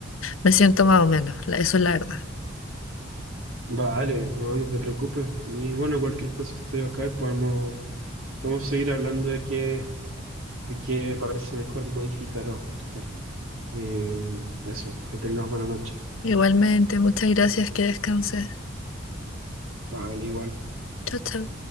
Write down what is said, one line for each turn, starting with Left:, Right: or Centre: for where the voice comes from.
Left: Me siento más o menos, la- eso es la verdad.
Right: Vale, no, no te preocupes. Y bueno, cualquier cosa estoy acá y podemos, podemos seguir hablando de qué, de qué parece mejor modificar o ajustar. Eh, eso, que tengas buena noche.
Left: Igualmente, muchas gracias, que descanses.
Right: Vale, igual.
Left: Chao, chao.